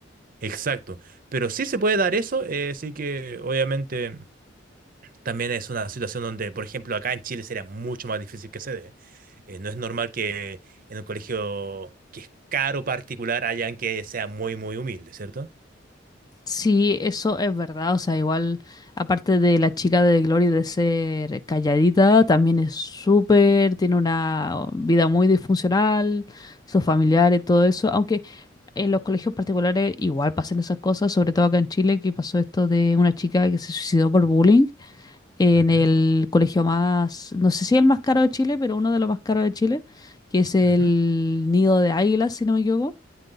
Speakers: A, on the right; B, on the left.
A: exacto, pero sí se puede dar eso, eh, sí que obviamente también es una situación donde, por ejemplo, acá en Chile sería mucho más difícil que se dé, Eh, no es normal que en un colegio que es caro particular haya alguien que sea muy muy humilde, ¿cierto?
B: Sí, eso es verdad. O sea, igual, aparte de la chica de Glory de ser calladita, también es súper, tiene una vida muy disfuncional, sus familiares, todo eso. Aunque en los colegios particulares igual pasan esas cosas, sobre todo acá en Chile, que pasó esto de una chica que se suicidó por bullying en
A: Ujú,
B: el colegio más, no sé si el más caro de Chile, pero uno de los más caros de Chile, que es el
A: ujú,
B: Nido de Águilas, si no me equivoco.